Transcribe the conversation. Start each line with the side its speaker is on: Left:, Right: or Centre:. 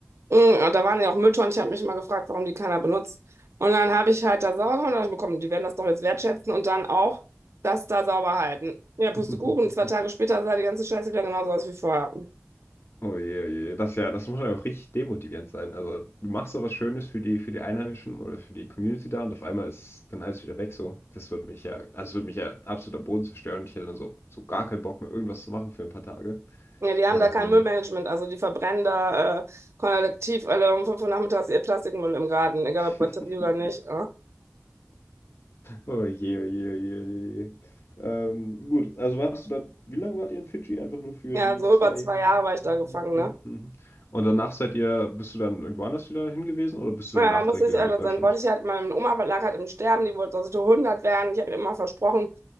Right: Mm, Da waren ja auch Mülltonnen. Ich habe mich immer gefragt, warum die keiner benutzt. Und dann habe ich halt da sauber gemacht und dachte, ich mir, komm, die werden das doch jetzt wertschätzen und dann auch das da sauber halten. Ja, Pustekuchen,
Left: Mhm. <laughs>
Right: zwei Tage später sah die ganze Scheiße wieder genauso aus wie vorher.
Left: Oh je, oh je, das ist ja, das muss ja auch richtig demotivierend sein. Also du machst so was Schönes für die, für die Einheimischen oder für die Community da und auf einmal ist dann alles wieder weg so. Das würde mich ja, also es würde mich ja absolut am Boden zerstören. Ich hätte dann so, so gar keinen Bock mehr, irgendwas zu machen für ein paar Tage.
Right: Ja, die haben
Left: Ähm,
Right: da kein Müllmanagement, also die verbrennen da äh, kollektiv alle um 5 Uhr nachmittags ihr Plastikmüll im Garten, egal ob Batterie
Left: <laughs>
Right: oder nicht. Äh.
Left: Oh je, oh je, oh je, oh je. oh je. Ähm, gut, also warst du dann, wie lange wart ihr in Fidschi? Einfach nur für
Right: Ja,
Left: die
Right: so
Left: zwei.
Right: über zwei Jahre war ich
Left: Mhm,
Right: da gefangen, ne
Left: mhm. Und danach seid ihr, bist du dann irgendwo anders wieder hingewiesen oder bist du
Right: Ja,
Left: danach
Right: muss
Left: direkt
Right: ich
Left: wieder
Right: ehrlich
Left: nach Deutschland?
Right: sein. Wollte ich halt, meine Oma lag halt im Sterben, die wollte, dass ich 100 werden. Ich habe ihr immer versprochen,